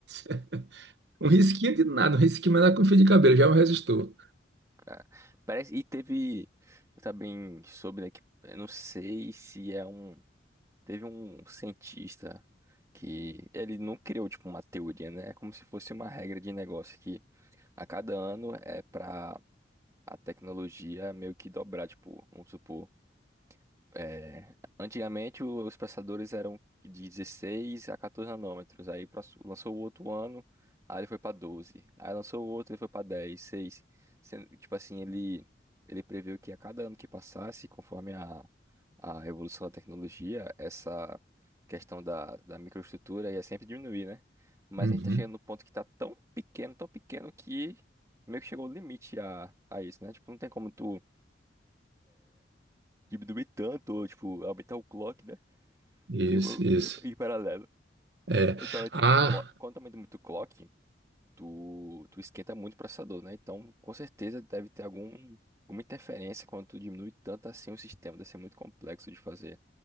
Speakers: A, on the right (about 70°); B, on the right (about 15°).
A: <laughs> Um risquinho de nada, um risquinho não é nada com fio de cabelo, já é um resistor.
B: Ah, parece, e teve, eu também soube, né, que eu não sei se é um, teve um cientista que ele não criou, tipo, uma teoria, né, é como se fosse uma regra de negócio que a cada ano é para a tecnologia meio que dobrar, tipo, vamos supor, é, antigamente o- os passadores eram de 16 a 14 nanômetros. Aí pros- lançou o outro ano, aí ele foi para 12. Aí lançou o outro, ele foi para 10, 6. Sendo que, tipo assim, ele, ele previu que a cada ano que passasse, conforme a, a evolução da tecnologia, essa questão da, da microestrutura ia sempre diminuir, né? Mas
A: Uhum,
B: a gente tá chegando no ponto que tá tão pequeno, tão pequeno que meio que chegou o limite a, a isso, né? Tipo, não tem como tu diminuir tanto, ou, tipo, aumentar o clock, né?
A: Isso,
B: Que bo-
A: isso.
B: em paralelo.
A: É.
B: Quando aumenta
A: Ah.
B: muito o clock, quando aumenta muito o clock, tu, tu esquenta muito o processador, né? Então, com certeza deve ter algum, alguma interferência quando tu diminui tanto assim o sistema, deve ser muito complexo de fazer.